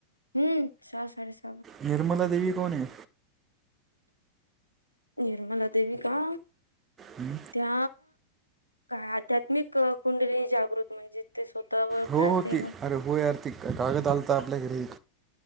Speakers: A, on the left (about 85°); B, on the right (about 25°).
A: हम्म सहा साडे सहा
B: निर्मला देवी कोण ये.
A: निर्मला देवी का?
B: हम्म.
A: त्या का आध्यात्मिक कुंडली जागृत म्हणजे ते स्वतःवर
B: हो
A: काय ते
B: ती
A: ना
B: अरे हो यार, ती कागद आलत‌ आपल्या घरी.